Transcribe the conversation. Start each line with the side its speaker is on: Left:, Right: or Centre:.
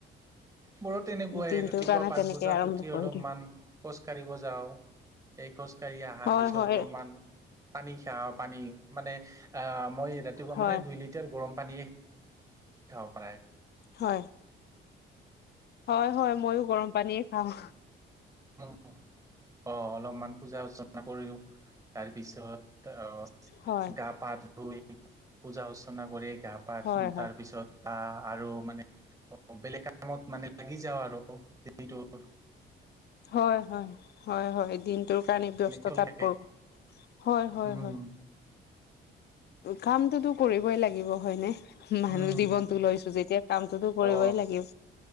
Right: মোৰো তেনেকুৱাই,
Left: দিনটোৰ
Right: ৰাতিপুৱা
Left: কাৰণে
Right: পাঁচ
Left: তেনেকে
Right: বজাত
Left: আৰম্ভ
Right: উঠি
Left: কৰি
Right: অলপমান
Left: দিওঁ
Right: খোজ কাঢ়িব যাওঁ। এই খোজকাঢ়ি আহাৰ
Left: হয়
Right: পিছত
Left: হয়
Right: অলপমান পানী খাও। পানী মানে আ মই ৰাতিপুৱা
Left: হয়
Right: মানে দুই লিটাৰ গৰম পানীয়ে খাব পাৰে
Left: হয়, হয় হয়। ময়ো গৰম পানীয়ে খাওঁ।
Right: উম। অ', অলপমান পূজা অৰ্চনা কৰিলো। তাৰপিছত অ',
Left: হয়
Right: গা-পা ধুই পূজা-অৰ্চনা কৰি গাপা
Left: হয়
Right: উম,
Left: হয়
Right: তাৰপিছত আ-আৰু মানে <unintelligible> বেলেগ কাৰ কামত মানে লাগি যাওঁ আৰু দিনটোত।
Left: হয়, হয়। হয়, হয়। দিনটোৰ কাৰণে ব্যস্ততাপূৰ্ণ।
Right: এনেকে চলি থাকে
Left: হয়, হয়,
Right: উম
Left: হয়। কামটোতো কৰিবই লাগিব হয়নে। মানুহ
Right: উম
Left: জীৱনতো লৈছো যেতিয়া কামটোতো কৰিবই
Right: অ
Left: লাগিব।